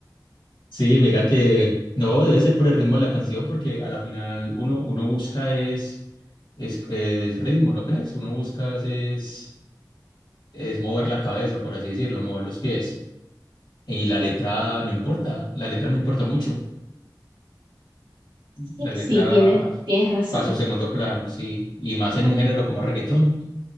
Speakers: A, on the left; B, on the right.
A: Sí, mira que no, debe ser por el ritmo de la canción, porque a la final uno, uno busca es, es, es ritmo, ¿no crees? Uno busca es, es mover la cabeza, por así decirlo, mover los pies. Y la letra no importa, la letra no importa mucho.
B: Sí,
A: La letra
B: sí, tienes, tienes razón.
A: pasa a un segundo plano, sí. Y más en un género como reggaetón,